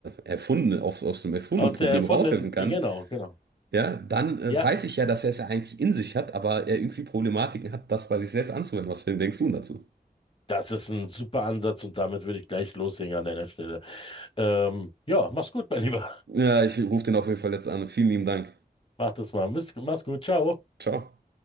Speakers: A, on the right; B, on the left.
A: äh, erfundenen, aus, aus dem erfundenen
B: aus
A: Problem
B: der erfundenen,
A: raushelfen kann,
B: genau, genau.
A: ja, dann äh,
B: Ja,
A: weiß ich ja, dass er es ja eigentlich in sich hat, aber er irgendwie Problematiken hat, das bei sich selbst anzuwenden. Was denkst du dazu?
B: das ist ein super Ansatz und damit würde ich gleich loslegen an deiner Stelle. Ähm, ja, mach's gut, mein Lieber.
A: Ja, ich rufe den auf jeden Fall jetzt an. Vielen lieben Dank.
B: Mach das mal. Mach's mach's gut. Ciao.
A: Ciao.